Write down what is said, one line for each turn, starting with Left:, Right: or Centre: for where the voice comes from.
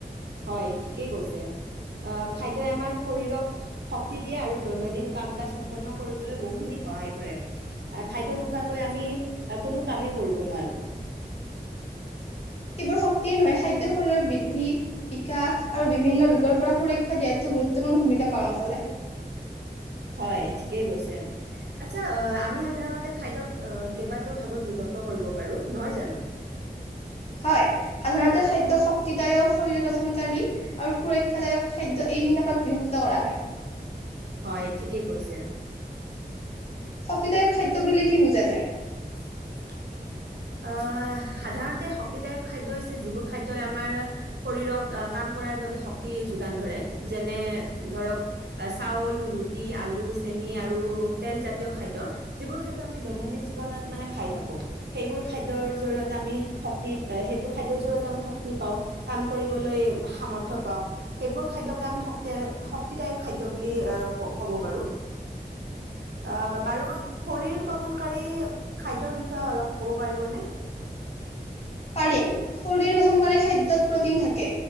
Right: হয় ঠিকেই কৈছে আহ খাদ্যই আমাৰ শৰীৰক শক্তি দিয়ে আৰু দৈনন্দিন কাম কাজ সম্পন্ন কৰিবলৈ বহুখিনি সহায় কৰে খাদ্য নোখোৱাকৈ আমি কোনো কামেই কৰিব নোৱাৰো
Left: কেৱল শক্তিয় নহয় খাদ্য শৰীৰৰ বৃদ্ধি বিকাশ আৰু বিভিন্ন ৰোগৰ পৰা সুৰক্ষা দিয়াতো গুৰুত্বপূৰ্ণ ভূমিকা পালন কৰে
Right: হয়, ঠিকেই কৈছে আচ্ছা আমি সাধাৰণতে খাদ্যক কেইবাটাও ভাগত বিভক্ত কৰিব পাৰোঁ নহয় জানো
Left: হয় সাধাৰণতে খাদ্য শক্তিদায়ক শৰীৰ গঠনকাৰী আৰু সুৰক্ষাদায়ক খাদ্য এইদিন ভাগত বিভক্ত কৰা হয়
Right: হয় ঠিকেই কৈছে।
Left: শক্তিদায়ক খাদ্য বোলি কি বুজা যায়
Right: <unintelligible> আহ সাধাৰণতে শক্তিদায়ক খাদ্য হৈছে যিবোৰ খাদ্যই আমাৰ শৰীৰক কাম কৰাৰ বাবে শক্তি যোগান ধৰে যেনে ধৰক চাউল ৰুটি আলু চেনি আৰু তেলজাতীয় খাদ্য যিবোৰ খাদ্য আমি দৈনন্দিন জীৱনত মানে খাই থাকো সেইবোৰ খাদ্যৰ জৰিয়তে আমি শক্তি সেইবোৰ খাদ্যৰ জৰিয়তে আমি শক্তি পাওঁ কাম কৰিবলৈ সামৰ্থ্য পাওঁ সেইবোৰ খাদ্যকে আমি শক্তি শক্তিদায়ক খাদ্য বুলি ক'ব পাৰোঁ। অ বাৰু শৰীৰ গঠনকাৰী খাদ্যৰ বিষয়ে অলপ। ক'ব পাৰিবনে।
Left: পাৰিম শৰীৰ গঠনকাৰী খাদ্যত প্ৰটিন থাকে